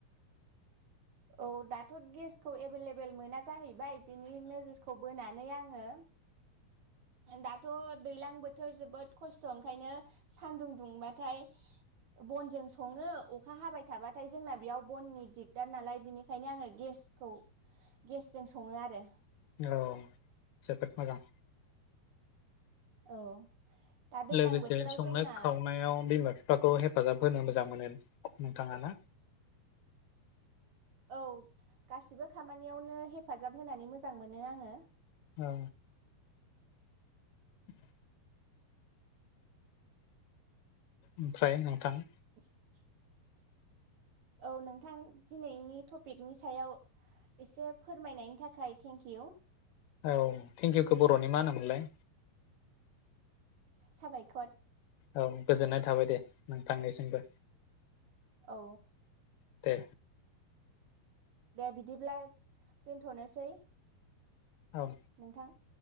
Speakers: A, on the right; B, on the left.
A: औ दाथ' गेसखौ एभेलेबेल मोना जाहैबाय बिनि नोजोरखौ बोनानै आङो दाथ दैज्लां बोथो थोर जोबोद खस्थ' ओंखायनो सानदुं दुंबाथाय बनजों सङो अखा हाबाय थाबाथाय जोंना बेयाव बननि दिगदार नालाय बिनिखायनो आङो गेसखौ गेसजों सङो आरो
B: औ जोबोद मोजां
A: औ दा दैलां
B: लोगोसे
A: बोथोराव
B: संनाय
A: जोंना
B: खावनायाव बिमा फिफाखौ हेफाजाब होनो मोजां मोनो नोंथाङा ना?
A: औ गासिबो खामानियावनो हेफाजाब होनानै मोजां मोनो आङो
B: औ <unintelligible> ओमफ्राय नों थां
A: <unintelligible> औ नोंथां दिनैनि टपिकनि सायाव एसे फोरमायनायनि थाखाय थेंक इउ
B: औ थेंकिउखौ बर'नि मा होनोमोनलाय
A: साबायखर
B: औ गोजोननाय थाबाय दे नोंथांनिसिमबो
A: औ
B: दे।
A: दे बिदिब्लाय दोनथनोसै।
B: औ
A: नोंथां